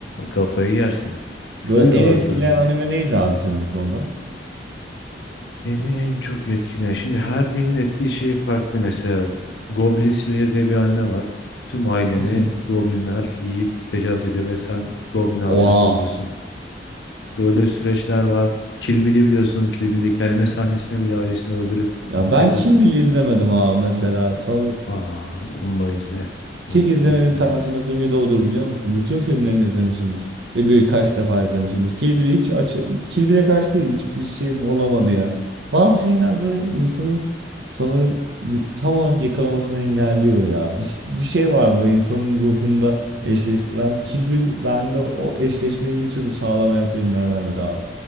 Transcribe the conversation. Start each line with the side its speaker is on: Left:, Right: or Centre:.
Left: Kafayı yersin. Full
Right: Böyle en
Left: ağır
Right: etkileyen
Left: dram ya.
Right: anime neydi abi senin bu konuda?
Left: Beni en çok etkileyen. Şimdi her birinin etki şeyi farklı. Mesela Goblin Slayer diye bir anime var. Tüm aileni
Right: <laughs>
Left: goblinler yiyip tecavüz ediyor ve sen goblin avcısı
Right: Oha.
Left: oluyorsun. Böyle süreçler var. Kill Bill'i biliyorsun. Kill Bill'deki anime sahnesinde bile ailesini öldürüp
Right: Ya
Left: yok
Right: ben
Left: eden.
Right: Kill Bill izlemedim abi mesela. Sanırım
Left: Aa, onunla izle. Bu
Right: tek izlemediğim
Left: büyük bir mevzu.
Right: Tarantino filmi de odur biliyor musun? Bütün filmlerini izlemişimdir. Ve birkaç defa izlemişimdir. Kill Bill'i hiç açı... Kill Bill'e karşı değil hiçbir şeyim olamadı ya. Bazı şeyler böyle insanın sanırım bu, tam olarak yakalamasını engelliyor ya. Bir, bir şey var böyle insanın ruhunda eşleştiren. Kill Bill bende o eşleşmeyi bir türlü sağlamayan filmlerden biri abi.